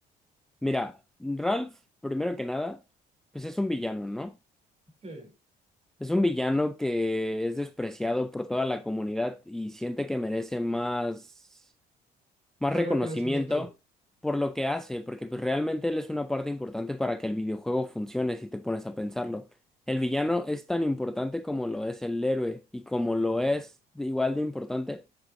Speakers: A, in the centre; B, on the right.
A: Mira, Ralph, primero que nada, pues es un villano, ¿no?
B: sí,
A: Es un villano que es despreciado por toda la comunidad y siente que merece más, más
B: más
A: reconocimiento
B: reconocimiento.
A: por lo que hace, porque pues realmente él es una parte importante para que el videojuego funcione si te pones a pensarlo. El villano es tan importante como lo es el héroe y como lo es de- igual de importante